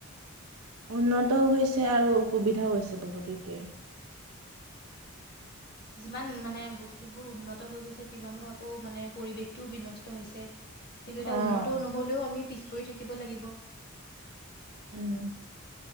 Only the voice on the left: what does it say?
যিমান মানে বস্তুবোৰ উন্নত হৈ গৈছে, সিমানো আকৌ মানে পৰিৱেশটোও বিনষ্ট হৈছে। কিন্তু এটা
উন্নত নহ'লেও আমি। পিছ পৰি থাকিব লাগিব।